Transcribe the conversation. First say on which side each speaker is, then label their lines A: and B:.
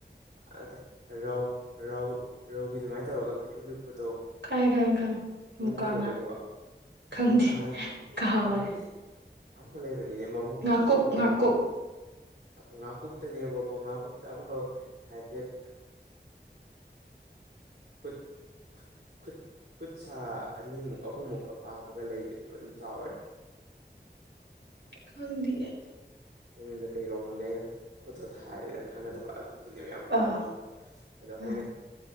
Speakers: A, on the right; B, on the right.
A: ꯑ ꯑꯇꯦ ꯔꯧ ꯔꯧ ꯔꯧꯒꯤ ꯑꯗꯨꯃꯥꯏꯅ ꯇꯧꯔꯒ ꯄꯤꯛꯇ꯭ꯔꯨ ꯄꯤꯛꯄꯗꯣ
B: ꯈꯪꯉꯦ ꯈꯪꯉꯦ ꯈꯪꯉꯦ
A: ꯃꯃꯤꯡ
B: ꯃꯨꯀꯥ
A: ꯀꯩ ꯀꯧꯒꯦꯗꯨꯕꯤ
B: ꯉꯥ ꯈꯪꯗꯦ
A: ꯑꯃꯨꯛꯀ ꯍꯟ
B: ꯀꯥꯎꯔꯦ
A: ꯑꯃꯨꯛꯀ ꯇꯦ ꯑꯝꯐ ꯂꯩꯕꯅꯤꯅꯦ ꯃꯕꯨꯛꯀꯗ
B: ꯉꯥꯀꯨꯞ
A: ꯑꯗꯨꯝ ꯅꯣꯏꯕꯩ
B: ꯉꯥꯀꯨꯞ
A: ꯉꯥꯀꯨꯞꯇꯅꯦꯕꯀꯣ ꯉꯥꯀꯨꯞꯇ ꯑꯃꯈꯛ ꯍꯥꯏꯐꯦꯠ ꯈꯨꯠ ꯈꯨꯠ ꯈꯨꯠ ꯁꯥ ꯑꯅꯤꯃꯨꯛ ꯑꯍꯨꯝꯃꯨꯛꯀ ꯄꯥꯛꯄꯒ ꯂꯩꯕꯅꯦꯕ ꯑꯗꯨꯝ ꯆꯥꯎꯔꯗꯤ
B: ꯈꯪꯗꯤꯌꯦ
A: ꯎꯝ ꯃꯃꯤꯡꯗꯣ ꯀꯩ ꯀꯧꯕꯅꯣ ꯈꯪꯗꯦ ꯐꯣꯇꯣ ꯊꯥꯔꯗꯤ ꯅꯪ ꯈꯪꯒꯗꯕ ꯑꯗꯨꯗꯨꯅꯦꯕ ꯌꯥꯝ ꯐꯒꯜꯂꯤꯁꯦ
B: ꯑꯥ
A: ꯑꯗꯣ ꯑꯩꯈꯣꯏꯅ
B: ꯑꯥ